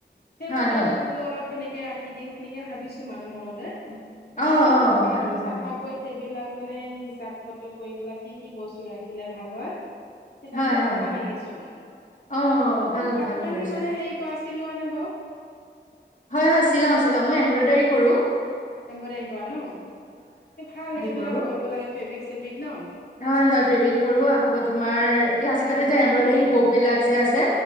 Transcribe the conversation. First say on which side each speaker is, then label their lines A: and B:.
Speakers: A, on the left; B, on the left.
A: সেই
B: হয়
A: সূতাটো
B: হয়
A: বোলো অলপ সেনেকে ৰাখি দিওঁ এনেকে ভাবিছোঁ মানে মনতে।
B: অ
A: তাকে
B: অ
A: বোলো দোকানখন
B: ভাল ভাল
A: চাফা কৰি থ বিলাক মানে হিচাপ কত কৰিবেলে কি কি বস্তু ৰাখিলে ভাল হয়। স তাকে
B: হয় হয়
A: মাথা
B: হয়
A: মাৰি আছোঁ স
B: অ ভাল
A: কাপোৰ-কানি
B: ভাল কৰিছা
A: মানে হেৰি কৰা চিলোৱা নে বাৰু?
B: হয় হয় চিলাও চিলাও মই এম্ব্ৰইডাৰী কৰোঁ।
A: এম্বইডাৰী কৰা ন? ভাল সেইবিলাক
B: কৰো
A: কৰিব লাগে ফেব্ৰিক চেব্ৰিক ন?
B: হয় হয় ফেব্ৰিক কৰোঁ আকৌ তোমাৰ আজিকালি
A: দহি
B: যে এমব্ৰইডাৰী
A: চহি
B: হোব বিলাক যে আছে